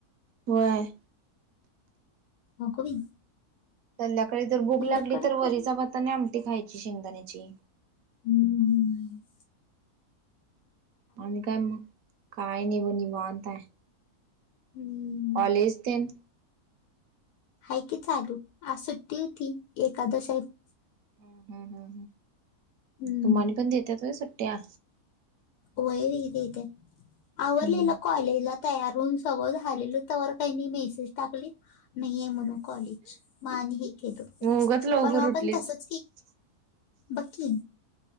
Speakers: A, on the right (about 70°); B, on the left (about 85°).
A: व्हय.
B: अग बाई.
A: संध्याकाळी जर भुक
B: एवढं
A: लागली
B: कडक
A: तर वरिचा
B: कर
A: भात आमटी खायची शेंगदाण्याची.
B: हम्.
A: आणि मग काय नाही वनिवता आहे.
B: हम्म,
A: कॉलेज ते न.
B: हाय की चालू, आज सुट्टी होती एकादशी होती.
A: ह ह
B: हम्म,
A: तुम्हाला पण देत्यात होय सुट्टया?
B: वय वय देतात, आवरलेलं
A: हम्म
B: कॉलेजला तयार होऊन सगळं झालेलं त वर काही मेसेज टाकलीत. नाहीये म्हणून कॉलेज, मग आणि हे केलं
A: उगच लवकर
B: पर वा आपण
A: उठलीस
B: तसंच
A: <inaudible>
B: बघ की.